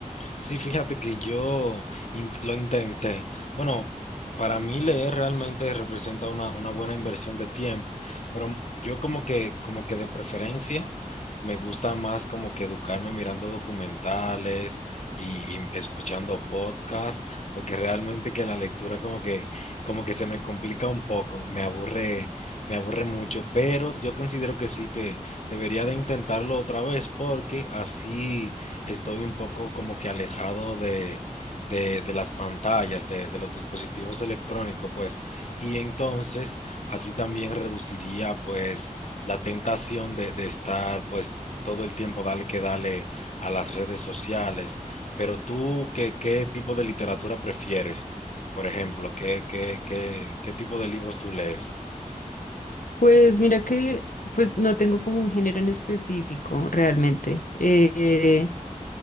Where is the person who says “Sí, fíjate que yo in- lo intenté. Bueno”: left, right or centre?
Left